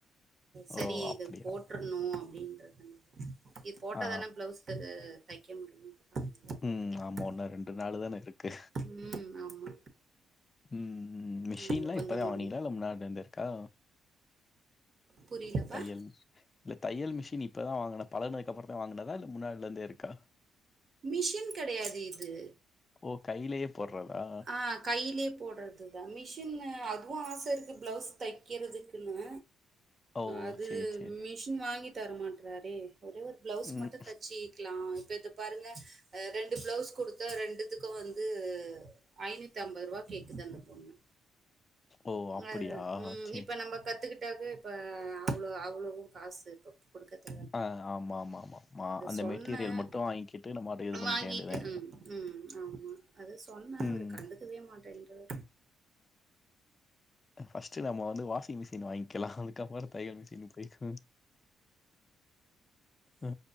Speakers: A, on the right; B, on the left.
A: சரி
B: ஓ! அப்படியா?
A: இத போட்ரு னு அப்டின்றது இது போட்டா
B: ஆ.
A: தானே ப்ளவுஸ் த தைக்க முடியு அதனால போட்டுட்ருக்கே
B: ம் ஆமா உன்னா ரெண்டு நாளுதானே இருக்கு
A: ம் ஆமா
B: ம் மிஷின்லா
A: ம் கொஞ்சோ
B: இப்பதா
A: முடிஞ்சு
B: வாங்னீங்களா இல்ல முன்னாடில இருந்தே இருக்கா
A: புரியலப்பா
B: தையல் இல்ல தையல் மிஷின் இப்பதா வாங்குன பலக்குனத்துக்கு அப்புறதா வாங்னதா இல்ல முன்னாடில இருந்தே இருக்கா
A: மிஷின் கெடையாது இது
B: ஓ கைலையே போட்றதா
A: ஆ கையிலயே போடுறதுதா மிஷின் அதுவு ஆச இருக்கு ப்ளவுஸ் தக்கிறதுக்குன்னு
B: ஓ!
A: அது
B: சரி, சரி.
A: மிஷின் வாங்கி தரமாட்றாரே ஒரே ஒரு ப்ளவுஸ்
B: ம்.
A: மட்டு தச்சி க்லா இப்ப இத பாருங்க அ ரெண்டு ப்ளவுஸ் குடுத்தா ரெண்டுத்துக்கு வந்து ஐனுத்தம்பரூபா கேக்குது அந்த பொண்ணு
B: ஓ! அப்படியா?
A: அ ம்
B: சரி,
A: இப்ப
B: சரி.
A: நம்ம கத்துக்கிட்டாக்கு இப்ப அவ்ளோ அவ்ளவு காசு இப்ப குடுக்கத்த
B: ஆ ஆமா ஆமா ஆமா மா அந்த
A: சொன்னேன்.
B: மெட்டீரியல் மட்டு வாங்கிட்டு நம்ம அத இது பண்ணிக்க
A: வாங்கிட்டு
B: வேண்டிதே
A: ம், ம் ஆமா அது சொன்னே
B: ம்.
A: அவரு கண்டுக்கவே மாட்டேன்றாரு
B: ஃபர்ஸ்ட் நம்ம வந்து வாஷிங் மிஷின் வாங்க்கலா க்கப்பற தையல் மிஷின் போய்க்குவோ அ